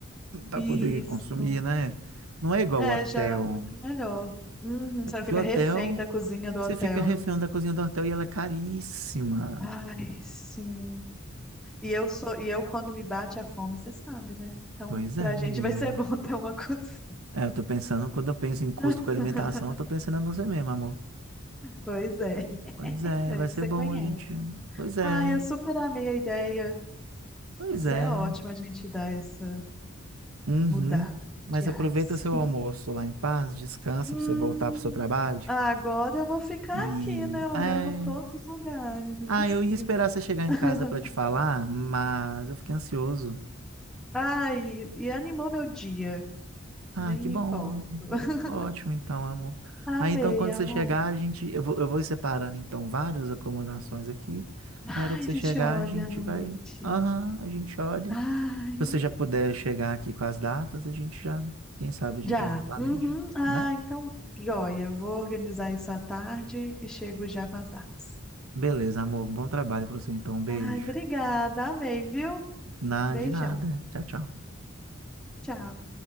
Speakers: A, on the right; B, in the centre.
A: para
B: isso.
A: poder consumir, né? Não é igual
B: É
A: o hotel.
B: já é muito melhor. Uhum,
A: Porque
B: você não fica
A: o hotel,
B: refém da cozinha do
A: você
B: hotel.
A: fica refém da cozinha do hotel e ela é caríssima.
B: Ai, sim. E eu sou, e eu quando me bate a fome, você sabe, né? Então,
A: Pois
B: pra
A: é,
B: gente
A: menina.
B: vai ser <laughs> bom ter uma cozinha.
A: É, eu tô pensando, quando eu penso em custo
B: <laughs>
A: com alimentação, eu tô pensando em você mesmo, amor.
B: Pois é,
A: Pois é,
B: é
A: vai
B: que
A: ser
B: você
A: bom
B: conhece.
A: a gente. Pois é,
B: Ai, eu super amei a ideia.
A: pois
B: Mas
A: é.
B: é ótimo a gente dar essa
A: Uhum.
B: mudada
A: Mas
B: de ares.
A: aproveita seu almoço lá em paz, descansa
B: Hum,
A: para você voltar para seu trabalho.
B: agora eu vou ficar
A: E
B: aqui, né, olhando
A: ah, é...
B: todos os lugares, impossível.
A: ah, eu ia esperar você chegar em
B: <laughs>
A: casa para te falar, mas eu fiquei ansioso.
B: Ai, e animou meu dia,
A: Ah,
B: nem
A: que
B: me
A: bom.
B: importo. <laughs>
A: Ótimo, então, amor.
B: Amei,
A: Aí, então, quando
B: amor.
A: você chegar, a gente. Eu vou, eu vou separando, então, várias acomodações aqui.
B: Ai,
A: Aí, a hora que você
B: a gente
A: chegar,
B: olha
A: a gente
B: à noite.
A: vai. Aham, a gente olha.
B: Ai,
A: Se você já puder chegar aqui com as datas, a gente já. Quem sabe a
B: já.
A: gente já não planeja,
B: Uhum. Ah,
A: né?
B: então, joia. Eu Vou organizar isso à tarde e chego já com as datas.
A: Beleza, amor. Bom trabalho pra você, então. Um beijo.
B: Ai, obrigada, amei, viu?
A: Na,
B: Beijão.
A: de nada. Tchau, tchau.
B: Tchau.